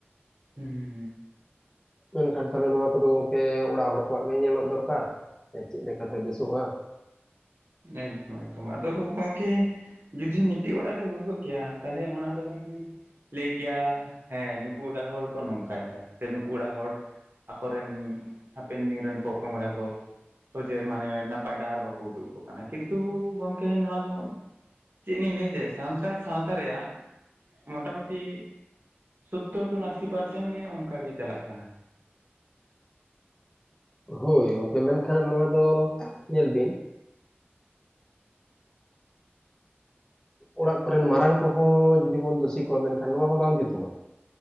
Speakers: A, on the right; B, on the left.
A: ᱦᱩᱸ,
B: ᱢᱮᱱᱠᱷᱟᱱ ᱛᱟᱦᱚᱞᱮ ᱱᱚᱣᱟ ᱠᱚᱫᱚ ᱜᱚᱝᱠᱮ ᱚᱲᱟᱜ ᱦᱚᱲ ᱠᱚᱣᱟᱜ ᱜᱮ ᱧᱮᱞᱚᱜ ᱫᱚᱨᱠᱟᱨ ᱪᱮᱜ ᱞᱮᱠᱟᱛᱮ ᱵᱮᱥᱚᱜᱼᱟ᱾
A: ᱮᱠᱫᱚᱢ ᱮᱠᱫᱚᱢ ᱟᱫᱚ ᱠᱚᱝᱠᱮ᱾ ᱡᱩᱫᱤ ᱢᱤᱫᱴᱤᱡ ᱚᱲᱟᱜ ᱨᱮ ᱦᱩᱭ ᱠᱚᱜ ᱠᱮᱭᱟ ᱛᱟᱦᱚᱞᱮ ᱚᱱᱟ ᱫᱚᱵᱮᱱ ᱞᱮᱭ ᱠᱮᱭᱟ ᱦᱮᱸ ᱱᱩᱠᱩ ᱚᱲᱟᱜ ᱦᱚᱲ ᱠᱚ ᱱᱚᱝᱠᱟᱭᱮᱫᱟ᱾ ᱥᱮ ᱱᱩᱠᱩ ᱚᱲᱟᱜ ᱦᱚᱲ ᱟᱠᱚᱨᱮᱱ ᱦᱟᱯᱮᱱ ᱫᱤᱱ ᱨᱮᱱ ᱯᱚᱼᱯᱚᱝᱲᱟ ᱠᱚ ᱥᱚᱡᱮ ᱢᱟᱱᱮ ᱱᱟᱯᱟᱭ ᱰᱟᱦᱟᱨ ᱵᱟᱠᱚ ᱩᱫᱩᱜ ᱟᱠᱚ ᱠᱟᱱᱟ, ᱠᱤᱱᱛᱩ ᱜᱚᱝᱠᱮ ᱱᱚᱣᱟ ᱫᱚ ᱪᱮᱜ ᱞᱤᱧ ᱞᱮᱭᱟ ᱡᱮ ᱥᱟᱱᱛᱟᱲ ᱥᱟᱶᱛᱟ ᱨᱮᱭᱟᱜ ᱢᱚᱴᱟᱢᱩᱴᱤ ᱥᱳᱛᱛᱳᱨ <unintelligible> ᱠᱷᱚᱱ ᱟᱥᱤ <unintelligible> ᱯᱟᱨᱥᱮᱱ ᱜᱮ ᱚᱝᱠᱟ ᱜᱮ ᱪᱟᱞᱟᱜ ᱠᱟᱱᱟ᱾
B: ᱦᱳᱭ ᱜᱚᱝᱠᱮ ᱢᱮᱱᱠᱷᱟᱱ ᱱᱚᱣᱟ ᱫᱚ ᱧᱮᱞ ᱵᱤᱱ ᱚᱲᱟᱜ ᱠᱚᱨᱮᱱ ᱢᱟᱨᱟᱝ ᱠᱚᱦᱚᱸ ᱡᱩᱫᱤ ᱵᱚᱱ ᱫᱳᱥᱤ ᱠᱚᱣᱟ ᱢᱮᱱᱠᱷᱟᱱ ᱱᱚᱣᱟ ᱦᱚᱸ ᱵᱟᱝ ᱡᱩᱛᱩᱜᱼᱟ ᱾